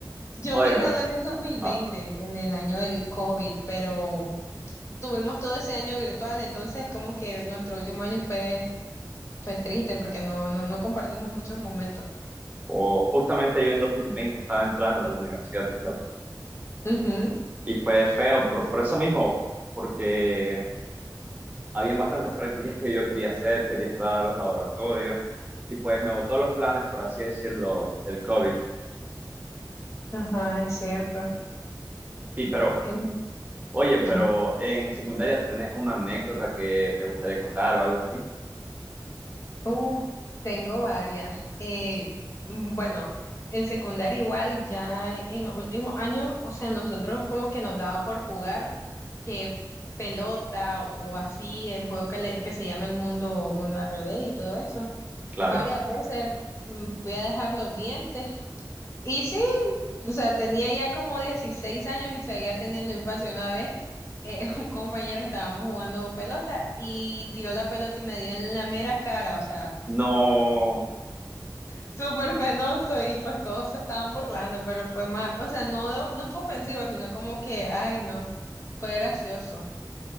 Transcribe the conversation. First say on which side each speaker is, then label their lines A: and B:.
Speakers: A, on the left; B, on the right.
A: Yo
B: Oye,
A: me gradué
B: pe-
A: en el dos mil
B: ah,
A: veinte en el año del COVID, pero tuvimos todo ese año virtual, entonces como que nuestro último año fue, fue triste porque no, no, no compartimos muchos momentos.
B: o justamente yo en 2020 estaba entrando a la universidad, fíjate.
A: Ujú,
B: Y fue feo por, por eso mismo, porque habían bastantes prácticas que yo quería hacer, quería entrar a los laboratorios, y pues me botó los planes, por así decirlo, el COVID.
A: Ajá, es cierto.
B: Sí, pero
A: En-
B: Oye, pero
A: Ujú.
B: en secundaria tenés una anécdota que te gustaría contar o algo así.
A: Uh, tengo varias. Eh, mm, bueno, en secundaria igual, ya e- en los últimos años, o sea, nosotros como que nos daba por jugar que pelota o así, el juego que, le- que se llama El Mundo, Mundo al revés y todo eso.
B: Claro.
A: Varias veces mm, fui a dejar los dientes y sí, o sea, tenía ya como 16 años y seguía teniendo infancia una vez. eh, <laughs> un compañero estábamos jugando pelota y tiró la pelota y me dio en la mera cara, o sea,
B: No,
A: súper penoso y pues todos se estaban burlando, pero fue más, o sea, no, no fue ofensivo, sino como que, ay, no, fue gracioso.